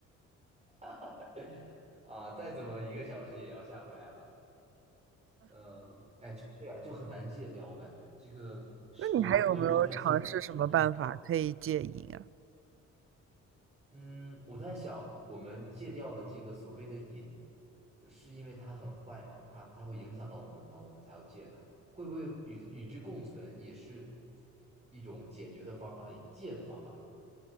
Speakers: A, on the right; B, on the right.
A: <laughs> 啊，再怎么一个小时也要下回来了。呃，哎，就是啊就很难戒掉，我感觉这个是我我有时候在想，
B: 那你还有没有尝试什么办法可以戒瘾啊？
A: 我们是不是要，嗯，我在想，我们戒掉的这个所谓的瘾，呃是因为它很坏嘛，它它会影响到我们嘛，我们才要戒它，会不会与与之共存也是一种解决的方法，一戒的方法呢？